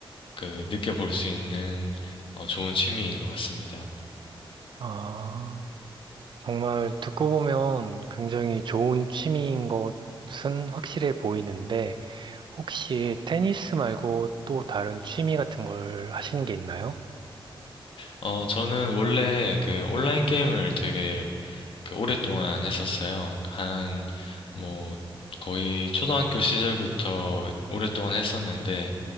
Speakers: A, on the left (about 65°); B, on the right (about 55°).
A: 그 느껴볼 수 있는 어, 좋은 취미인 것 같습니다.
B: 아. 정말 듣고 보면 굉장히 좋은 취미인 것은 확실해 보이는데, 혹시 테니스 말고 또 다른 취미 같은 걸 하시는 게 있나요?
A: 어, 저는 원래 그 온라인 게임을 되게 그 오랫동안 했었어요. 한, 뭐, 거의 초등학교 시절부터 오랫동안 했었는데,